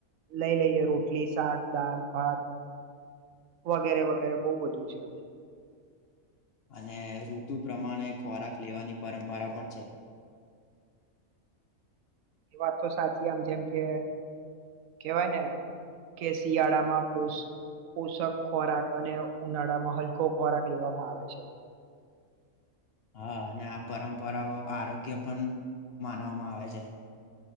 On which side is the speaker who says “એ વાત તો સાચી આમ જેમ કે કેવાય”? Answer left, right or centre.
Right